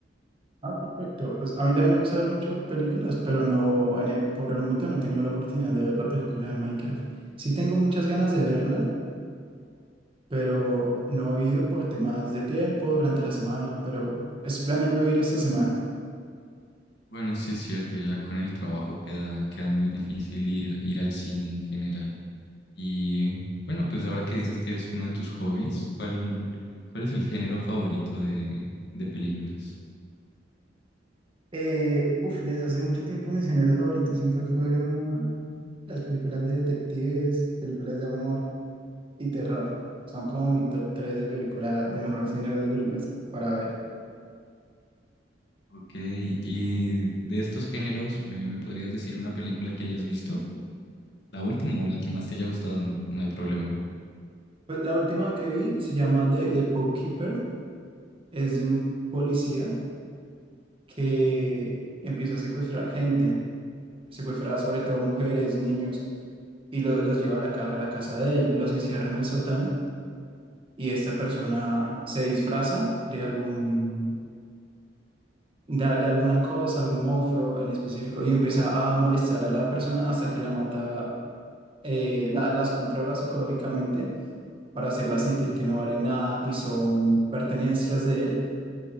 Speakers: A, on the right; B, on the left.
A: Ah, perfecto. Pues a mí también me gusta ver mucho películas, pero no, en el- por el momento no he tenido la oportunidad de ver la película de Minecraft. Sí tengo muchas ganas de verla, pero no he ido por temas de tiempo durante la semana, pero estoy planeando ir esta semana.
B: Bueno, sí es cierto, ya con el trabajo queda, queda muy difícil ir, ir al cine en general. Y bueno, pues ahora que dices que es uno de tus hobbies, ¿cuál, cuál es el género favorito de, de películas?
A: Eh, uf, desde hace mucho tiempo mis géneros favoritos siempre fueron las películas de detectives, películas de amor y terror. Son como mi top 3 de películas, de mejores géneros de películas para ver.
B: Ok, y de estos géneros, ¿me, me podrías decir una película que hayas visto? La última o la que más te haya gustado, no, no hay problema.
A: Pues la última que vi se llama The, The Bookkeeper. es de un policía que empieza a secuestrar gente, secuestra sobre todo mujeres, niños, y lo- los lleva a la, ca- a la casa de él, los encierra en el sótano y esta persona se disfraza de algún, de, de alguna cosa, algún monstruo en específico y empieza a molestar a la persona hasta que la mata, eh, la- las controla psicológicamente para hacerla sentir que no valen nada y son pertenencias de él